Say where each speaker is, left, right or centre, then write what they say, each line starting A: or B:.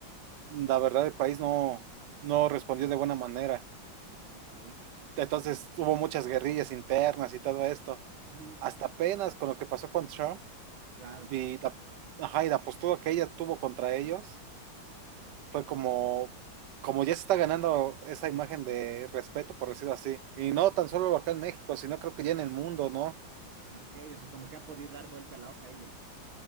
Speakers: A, on the right; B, on the right.
A: la verdad el país no, no respondió de buena manera.
B: Ah, ok.
A: Entonces hubo muchas guerrillas internas y todo esto.
B: Ujú,
A: Hasta apenas con lo que pasó con Trump.
B: claro.
A: y la, ajá, y la postura que ella tuvo contra ellos fue como, como ya se está ganando esa imagen de respeto, por decirlo así. Y no tan solo acá en México, sino creo que ya en el mundo, ¿no?
B: Ah, ok, o sea, como que ha podido dar vuelta la hoja ella.